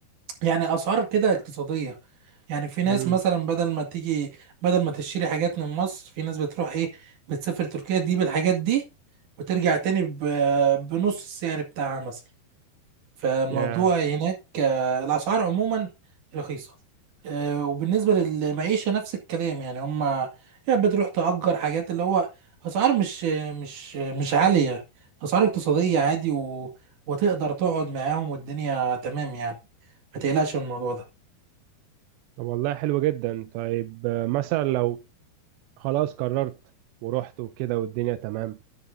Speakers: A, on the right; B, on the right.
A: يعني أسعار كده اقتصادية يعني في ناس
B: امم
A: مثلا بدل ما تيجي بدل ما تشتري حاجات من مصر في ناس بتروح إيه بتسافر تركيا تجيب الحاجات دي وترجع تاني ب- بنص السعر بتاعها مثلا فالموضوع
B: يا
A: هناك آه، الأسعار عموما رخيصة آه، وبالنسبة للمعيشة نفس الكلام يعني هما يعني بتروح تأجر حاجات اللي هو أسعار مش مش مش عالية أسعار اقتصادية عادي و... وتقدر تقعد معاهم والدنيا تمام يعني ما تقلقش من الموضوع ده
B: طب والله حلو جدا طيب آه، مثلا لو خلاص قررت ورحت وكده والدنيا تمام